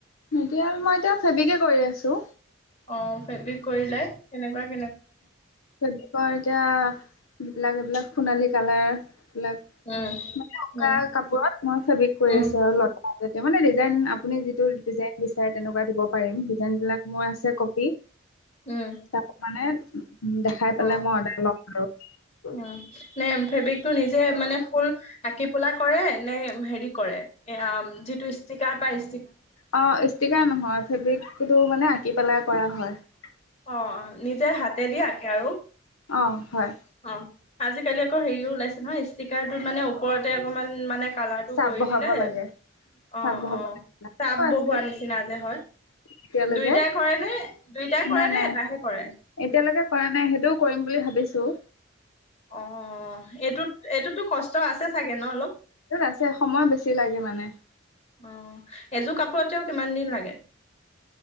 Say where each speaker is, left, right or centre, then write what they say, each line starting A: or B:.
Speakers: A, on the left; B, on the left.
A: এতিয়া মই এতিয়া ফেবিকে কৰি আছো
B: অ ফেব্ৰিক কৰিলে তেনেকুৱা
A: সেইবিলাকৰ এতিয়া যিবিলাক এইবিলাক সোণালী কালাৰ <unintelligible>
B: উম
A: উকা
B: উম
A: কাপোৰত মই ফেব্ৰিক কৰি
B: উম
A: আছো আৰু লত তেতিয়া মানে ডিজাইন আপুনি যিটো ডিজাইন দিছে। তেনেকুৱা দিব পাৰিম ডিজাইন বিলাক মই আছে কপি
B: উম
A: তাৰ মানে <unintelligible> উ দেখাই
B: অ
A: পেলাই মই অৰ্ডাৰ লম আৰু
B: উম নে ফেব্ৰিকটো নিজে মানে ফুল আঁকি পেলাই কৰে নে হেৰি কৰে এ যিটো ষ্টিকাৰ পায়
A: অ ইষ্টিকা নহয় ফেব্ৰিকো মানে পি পেলাই কৰা হয়
B: অ নিজে হাতে দি আকে আৰু
A: অ', হয়।
B: অ আজিকালি আকৌ হেৰিও ওলাইছে নহয় ষ্টিকাৰটোত মানে ওপৰতে অকমান মানে কলৰটো
A: চাপ
B: কৰি
A: বহাব
B: দিলে
A: লাগে
B: অ',
A: চাপ বহাব
B: অ',
A: লাগে
B: চাপ
A: আকৌ আছে
B: বহুৱা নিচিনা যে হয়
A: এতিয়ালৈকে
B: দুইটাই কৰে দুইটাই। কৰে
A: নাই
B: নে
A: নাই
B: এটাহে কৰে
A: এতিয়ালৈকে কৰা নাই সেইটোও কৰিম বুলি ভাবিছো। চো
B: অ এইটোত এইটোতো কষ্ট আছে চাগে ন অলপ।
A: তত আছে সময় বেছি লাগে মানে।
B: অ এযোৰ কাপোৰতেও কিমান দিন লাগে?